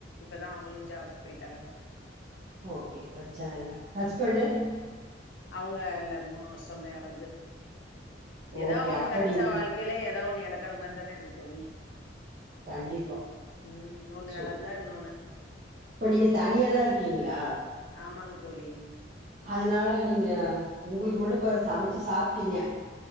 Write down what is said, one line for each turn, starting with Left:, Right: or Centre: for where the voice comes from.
Left: இப்பதா அவுங்ளு ஜாப் போய்ட்டாங்க
Right: ஓக்கே பிரச்சனல்ல ஹஸ்பண்டு்
Left: அவுங்க இல்ல மூனு வர்ஷமா எறந்து எதா
Right: ஓகே
Left: ஒன்னு
Right: அப்ப
Left: கெடச்சா
Right: நீங்க
Left: வாழ்க்கைல எதா ஒன்னு எழக்ற மாரிதான இருகு தோழி
Right: கண்டிப்பா
Left: ம் ஒன்னு
Right: சூப்
Left: எழந்தா இன்னோனு
Right: இப்ப நீங்க தனியாதா இர்க்கீங்ளா
Left: ஆமாங்க தோழி
Right: அதுனால நீங்க உங்குளுக்கு மட்டு இப்ப சமச்சி சாப்ட்டீங்க